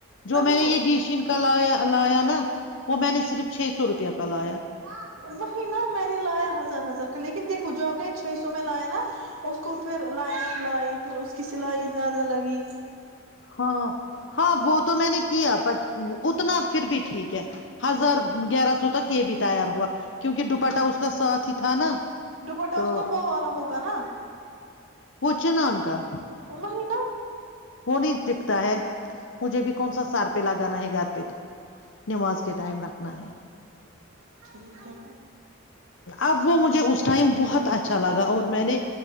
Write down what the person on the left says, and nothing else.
جو
میں نے یہ جیشن کا لایا اللہ نا وہ میں نے صرف چھ سو روپیہ کا لایا
ہاں ہاں وہ تو میں نے کیا بٹ اتنا پھر بھی ٹھیک ہے ہزار گیارہ سو تک یہ بھی تیار ہوا کیونکہ ڈپٹا اس کا ساتھ ہی تھا نا
تو
اچنان کا
وہ نہیں دٹکتا ہے مجھے بھی کون سا سار پہ لگانا ہے گھر پہ تو نماز کے ٹائم رکھنا ہے ہ
اب وہ مجھے اس ٹائم بہت اچھا لگا اور میں نے